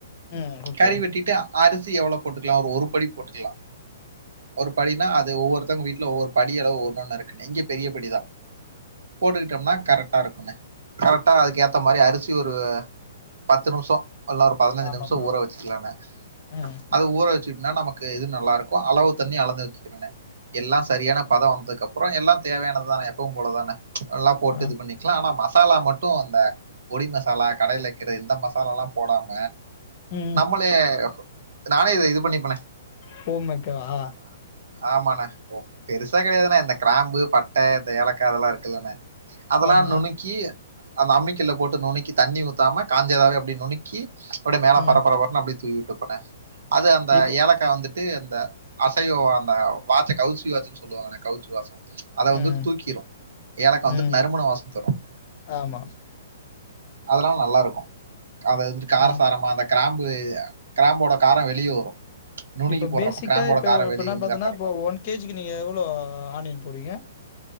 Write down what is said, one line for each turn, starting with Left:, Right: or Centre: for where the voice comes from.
Left: ம் ஓகே
Right: கறி வெட்டிட்டு அரிசி எவ்வளோ போட்டுக்கலாம் அவ ஒரு படி போட்டுக்கலாம் ஒரு படினா அது ஒவ்வொருத்தவங்க வீட்டுல ஒவ்வொரு படி அளவு ஒன்னு ஒண்ணு இருக்குணு இங்க பெரிய படிதான் போட்டுக்கிட்டோம்னா கரெக்டா இருக்குண்ணு கரெக்டா அதுக்கு ஏத்த மாதிரி அரிசி ஒரு பத்து நிமிஷம் அதல்லாம் ஒரு பதினைஞ்சு
Left: ஆமா
Right: நிமிஷம்
Left: ப்ரோ.
Right: ஊற வச்சுக்கலான
Left: ம்
Right: அது ஊற வச்சுனா நம இது நல்லா இருக்கும் அளவு தண்ணி அளந்து வச்சுக்கிறேன் எல்லாம் சரியான பதம் வந்ததுக்கு அப்புறம் எல்லாம் தேவையானதுதானே எப்பவும் போலதானே எல்லாம் போட்டு
Left: ஆ
Right: இது பண்ணிக்கலாம் ஆனாச மசாலா மட்டும் அந்த பொடி மசாலா கடைலக்கரை இந்த மசாலா எல்லாம் போடாம
Left: ம்
Right: நம்மளே நானே இத இது பண்ணிப்பனேன்
Left: போமைக்க ஆஹ்
Right: ஆமாண்ணா ஓ பெருசா கிடையாதுன்னா இந்த கிராம்பு பட்டை இந்த ஏலக்காய் அதெல்லாம் இருக்கு இருக்கலான அதெல்லாம்
Left: ஆமா
Right: நுனுக்கி அந்த அம்மிக்கள்ள போட்டு நுக்கி தண்ணி ஊத்தாம காஞ்சேதாவே அப்படி நுக்கி அப்படியே மேல
Left: ம்
Right: பரப்பரப்பறன்னு அப்படியே தூவி விட்டு போனேன் அது அந்த
Left: இப்போ
Right: ஏலக்காய் வந்துட்டு அந்த அசைவம் அந்த வாச்சை கவுச்சி வாச்சுன்னு சொல்லுவாங்கண்ண கவுச்சி வாசம் அத வந்துட்டு
Left: ம்
Right: தூக்கிடும் கக்க வந்துட்டு
Left: ம்
Right: நறுமணம் வாசம் தரும்
Left: ஆமா
Right: அதெல்லாம் நல்லா இருக்கும் அத காரசாரமா
Left: ம்
Right: அந்த கிராம்பு கிராம்போட காரம் வெளியே வரும் நுணுக்கி
Left: இப்போ
Right: போடுறப்ப
Left: பேசிக்காக
Right: கிராம்போட
Left: இப்போ
Right: காரம்
Left: இப்போ
Right: வெளிய
Left: என்ன
Right: வந்து
Left: பார்த்தீங்கன்னா
Right: கரெக்டா இருக்கும்
Left: இப்போ ஒன் கேஜிக்கு நீங்கள் எவ்வளோ ஆனியன் போடுங்க